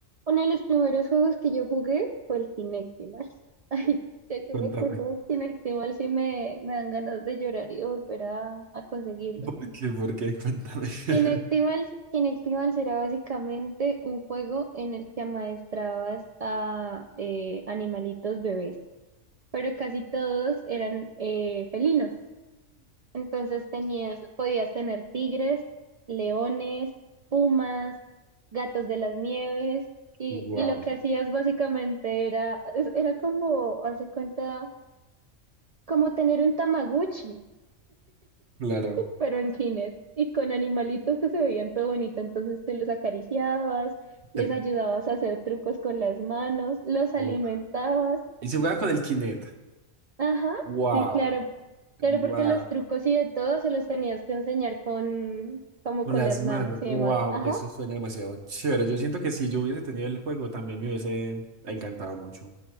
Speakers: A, on the right; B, on the right.
A: Uno de los primeros juegos que yo jugué fue el Kinectimals. <laughs> Ay, ya que
B: Cuéntame.
A: me acordé de Kinectimals y me, me dan ganas de llorar y de volver a, a conseguirlo.
B: ¿Por qué? ¿Por qué? Cuéntame. <laughs>
A: Kinectimals, Kinectimals era básicamente un juego en el que amaestrabas a eh, animalitos bebés, pero casi todos eran eh, felinos. Entonces tenías, podías tener tigres, leones, pumas, gatos de las nieves, y,
B: Wow,
A: y lo que hacías básicamente era, es- era como, hace cuenta, como tener un Tamaguchi,
B: claro.
A: pero en Kinect, y con animalitos que se veían todo bonito. Entonces tú los acariciabas, les
B: Qué lo-
A: ayudabas a hacer trucos con las manos, los
B: oh.
A: alimentabas.
B: Y se jugaba con el Kinect.
A: Ajá,
B: Wow,
A: sí, claro.
B: wow.
A: Claro, porque los trucos y de todo se los tenías que enseñar con, como
B: Con
A: con
B: las
A: las
B: manos.
A: manos
B: Wow,
A: y demás. Ajá,
B: eso suena demasiado chévere. Yo siento que si yo hubiese tenido el juego, también me hubiese encantado mucho.